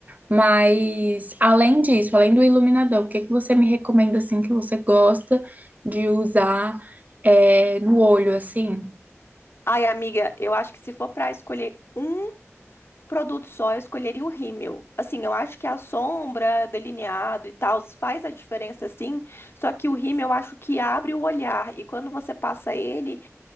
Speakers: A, on the right (about 35°); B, on the left (about 50°).
A: Mas além disso, além do iluminador, o que que você me recomenda assim que você gosta de usar é, no olho assim?
B: Ai, amiga, eu acho que se for para escolher um produto só, eu escolheria o rímel. Assim, eu acho que a sombra, delineado e tal, faz a diferença sim, só que o rímel eu acho que abre o olhar e quando você passa ele,